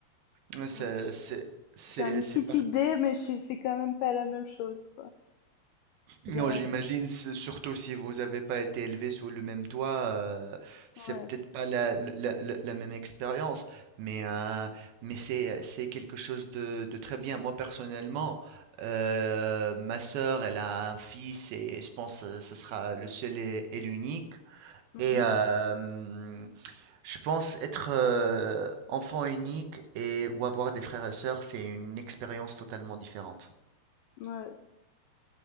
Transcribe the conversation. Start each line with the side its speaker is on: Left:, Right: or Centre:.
Right: Ouais, C'est,
Left: Donc j
Right: c'est, c'est,
Left: j'ai une
Right: c'est
Left: petite idée mais je c'est quand même pas la même chose quoi que
Right: Non,
Left: d'avoir
Right: j'imagine,
Left: des
Right: c'est surtout si vous n'avez pas été élevé sous le même toit, euh, c'est
Left: ouais.
Right: peut-être pas la, la- la- la même expérience, mais, euh, mais c'est, euh, c'est quelque chose de, de très bien. Moi, personnellement, euh, ma sœur, elle a un fils et je pense que ce sera le seul et, et l'unique.
Left: Mmh
Right: Et euh, je pense être euh, enfant unique et ou avoir des frères et sœurs, c'est une expérience totalement différente.
Left: Ouais.